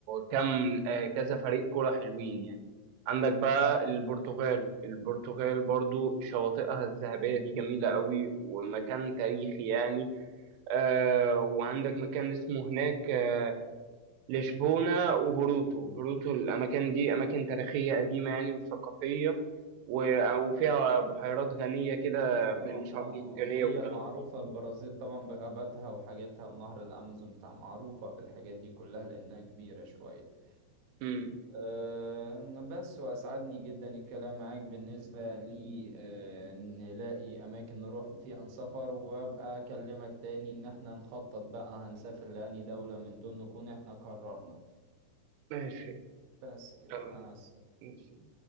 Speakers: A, on the right; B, on the right.
A: كم آه، كذا فريق كرة حلوين يعني عندك بقى البرتغال البرتغال برضو شواطئها الذهبية دي جميلة قوي ومكان تاريخي يعني آه وعندك مكان اسمه هناك آه، لشبونة وبوروتو بوروتو الأماكن دي أماكن تاريخية قديمة يعني وثقافية و- وفيها بحيرات غنية كده
B: اكيد اه
A: بالشعاب
B: اه
A: المرجانية
B: اه هي
A: والكلام
B: معروفة
A: ده
B: البرازيل طبعا بغاباتها وحاجاتها ونهر الامازون بتاع معروفة بالحاجات دي كلها لانها كبيرة شوية
A: مم.
B: أه بس واسعدني جدا الكلام معاك بالنسبة لي أه نلاقي اماكن نروح فيها نسافر وابقى اكلمك تاني ان احنا نخطط بقى هنسافر لأني دولة من دول نكون احنا قررنا
A: ماشي
B: بس كده
A: يلا
B: مع السلامة
A: ماشي.